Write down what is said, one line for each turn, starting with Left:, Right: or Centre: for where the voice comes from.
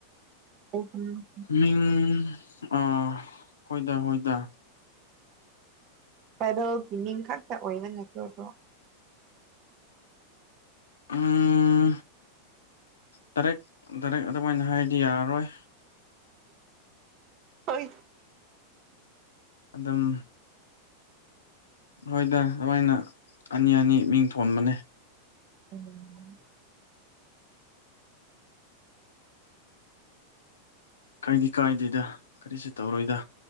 Right: ꯇꯧꯕꯅ‌ꯦ
Left: ꯃꯤꯡ ꯑ ꯍꯣꯏꯗ ꯍꯣꯏꯗ
Right: ꯇ꯭ꯔꯥꯏꯕꯦꯜꯒꯤ ꯃꯤꯡ ꯈꯛꯇ ꯑꯣꯏꯕ ꯅꯠꯇ꯭ꯔꯣꯗꯣ?
Left: ꯎꯝ ꯗꯥꯏꯔꯦꯛ ꯗꯥꯏꯔꯦꯛ ꯑꯗꯨꯃꯥꯏꯅ ꯍꯥꯏꯗꯤ ꯌꯥꯔꯔꯣꯏ꫰
Right: ꯍꯣꯏ
Left: ꯑꯗꯨꯝ ꯍꯣꯏꯗ ꯑꯗꯨꯃꯥꯏꯅ ꯑꯅꯤ ꯑꯅꯤ ꯃꯤꯡ ꯊꯣꯟꯕꯅꯦ꫰
Right: ꯎꯝ꫰
Left: ꯀꯔꯤꯗꯤ ꯀꯥꯏꯗꯦꯗ ꯀꯔꯤꯁꯨ ꯇꯧꯔꯣꯏꯗ